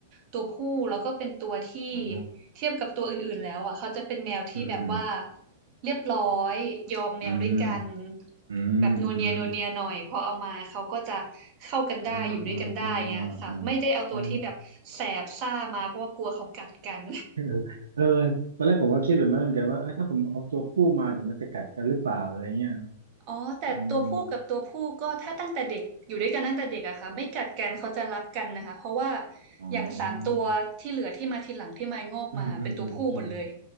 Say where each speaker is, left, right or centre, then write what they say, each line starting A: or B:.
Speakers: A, on the right; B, on the right.
A: ตัวผู้แล้วก็เป็นตัวที่
B: อ๋อ
A: เทียบกับตัวอื่นๆแล้วอ่ะเขาจะเป็นแมวที่แบบว่า
B: อืมอืม
A: เรียบร้อยยอมแมวด้วยกัน
B: อืมอืมอืมอม
A: แบบนัวเนียนัวเนียหน่อยพอเอามาเขาก็จะเข้ากันได้อยู่ด้วยกันได้เงี้ยค่ะไม่ได้เอาตัวที่แบบแสบซ่ามาเพราะว่ากลัวเขากัดกัน
B: อ๋ออ๋ออ๋ออ๋ออ๋อเออเออเออตอนแรกผมก็คิดแบบนั้นเหมือนกันว่าเออถ้าผมเอาตัวผู้มาเดี๋ยวมันจะกัดกันหรือเปล่าอะไรเงี้ย
A: อ๋อแต่ตัวผู้กับตัวผู้ก็ถ้าตั้งแต่เด็กอยู่ด้วยกันตั้งแต่เด็กอะค่ะไม่กัดกันเขาจะรักกันนะคะเพราะว่า
B: อืม อ๋อ
A: อย่างสามตัวที่เหลือที่มาทีหลังที่มายงอกมาเป็นตัวผู้หมดเลย
B: อืมอืมอืมอืม